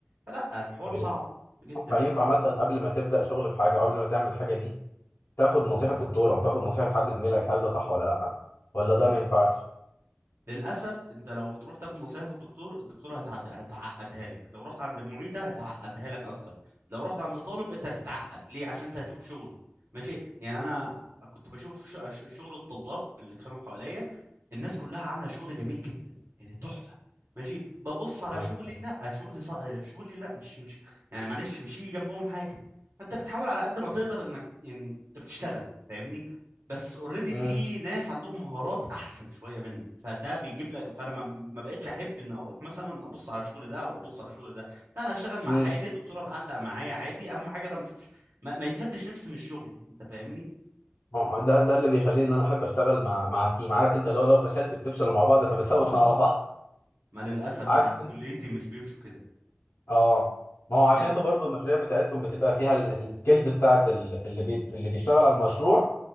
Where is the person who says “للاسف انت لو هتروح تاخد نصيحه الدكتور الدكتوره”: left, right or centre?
Right